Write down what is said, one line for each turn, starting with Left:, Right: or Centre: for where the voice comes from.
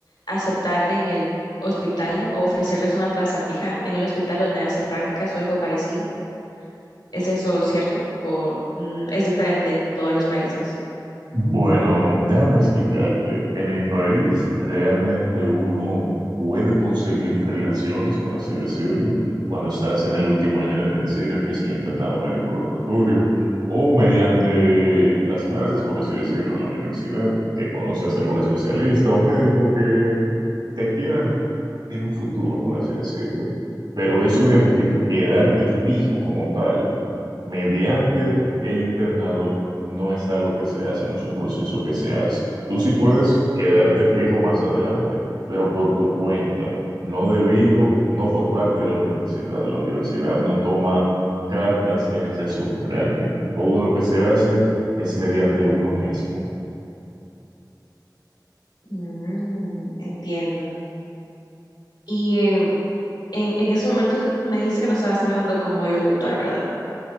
Left: aceptar en el hospital o ofrecerles una plaza fija en el hospital donde hacen prácticas o algo parecido. ¿Es eso cierto? ¿O mm, es diferente en todos los países?
Right: Bueno, déjame explicarte. En mi país realmente uno puede conseguir relaciones, por así decirlo, cuando estás en el último año de medicina, que es el internado médico rotatorio, o mediante las clases, por así decirlo, en la universidad, que conozcas a algún especialista o médico que te quieran en un futuro, por así decirlo. Pero eso de que- de quedarte fijo como tal mediante el internado no es algo que se hace, no es un proceso que se hace. Tú sí puedes quedarte fijo más adelante, pero por tu cuenta, no debido, no por parte de la universidad. La universidad no toma cartas en ese asunto realmente. Todo lo que se hace es mediante uno mismo.
Left: Mm, entiendo. Y eh, en, en ese momento me dijiste que no estabas trabajando como locutor, ¿verdad?